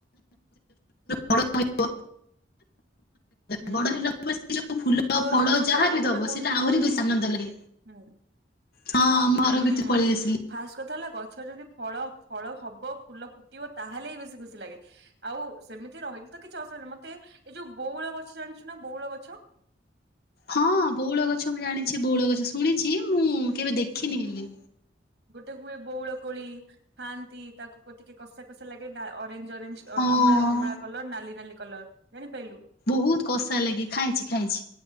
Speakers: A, on the left; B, on the right.
A: ବଡ଼ ହେଇବ
B: ହୁଁ
A: ବଡ ହେଲା ପରେ ସେ ଯୋଉ ଫୁଲ
B: ତୋର
A: ଫଳ
B: କୋଉଠି
A: ଯାହା
B: ଆଉ
A: ବି
B: ଗୋଟେ
A: ଦବ
B: କୋଉଠି
A: ସେଇଟା
B: କି
A: ଆହୁରି
B: ଗଲୁ
A: ବେଶୀ
B: କି
A: ଆନନ୍ଦ ଲାଗେ।
B: ହୁଁ
A: ହଁ ଆମ
B: ହୁଁ
A: ଘର ଭିତରୁ ପଳେଇ ଆସିଲି।
B: ଫାଷ୍ଟ କଥା ହେଲା ଗଛରେ ଯଦି ଫଳ ଫଳ ହବ ଫୁଲ ଫ କିବ ତାହେଲେ ହି ବେଶୀ ଖୁସି ଲାଗେ ଆଉ ସେମିତି ରହିଲି ତ କିଛି ଅସୁବିଧା ମତେ ଏ ଯଉ ବଉଳ ଗ ଗଛ ଜାଣିଛୁ ନା ବଉଳ ଗଛ?
A: ହଁ ବଉଳ ଗଛ ମୁଁ ଜାଣିଛି ବଉଳ ଗଛ ଶୁଣିଛି ମୁଁ କେବେ ଦେଖିନି
B: ହୁଁ
A: ହେଲେ।
B: ଗୋଟେ ହୁଏ ବଉଳ କୋଳି ଖାଆନ୍ତି ତାକୁ ଟିକେ କଷା କଷା ଲାଗେ। ଅରେଞ୍ଜ ଅରେଞ୍ଜ
A: ହଁ
B: କମଳା କମଳା କଲର ନାଲି ନାଲି କଲର ଜାଣିପାରିଲୁ?
A: ବହୁତ କଷା ଲାଗେ ଖାଇଛି ଖାଇଛି।